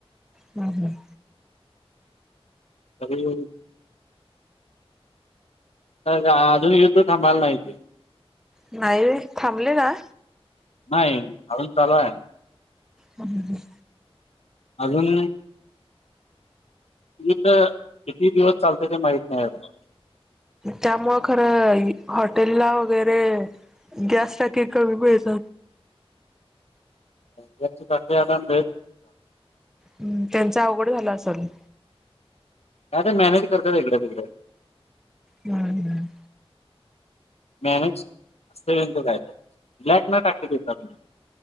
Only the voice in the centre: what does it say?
हम् हम
नाही रे थांबले ना
हम् ह
त्यामुळ खरं हॉटेल ला वगैरे गॅस टकी कमी पळज
ह् त्यांच अवघड झालं असेल.
हम्म हम्म